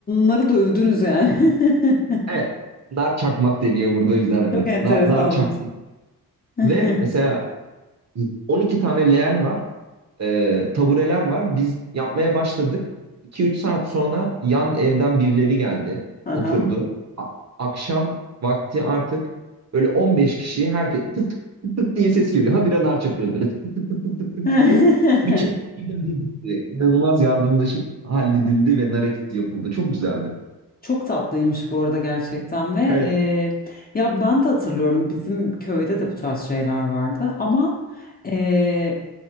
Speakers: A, on the left; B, on the right.
A: narı dövdünüz yani. <laughs>
B: Evet. Nar çakmak deniyor burada o yüzden hani.
A: Çok enteresanmış.
B: Nar, nar çaktık.
A: <laughs>
B: Ve mesela 12 tane leğen var. e, tabureler var. Biz yapmaya başladık. iki üç saat sonra yan evden birileri geldi,
A: Aha.
B: oturdu. A- akşam vakti artık böyle on beş kişi herkes tık tık tık tık diye ses geliyor. Ha bir anar çakıyoruz böyle tık tık tık tık tık tık tık
A: <laughs>
B: diye. Bütçe bir günde bitti. İnanılmaz yardımlaşıp halledildi ve nar ekşisi yapıldı. Çok güzeldi.
A: Çok tatlıymış bu arada gerçekten ve e,
B: Evet.
A: ya ben de hatırlıyorum bizim köyde de bu tarz şeyler vardı ama e,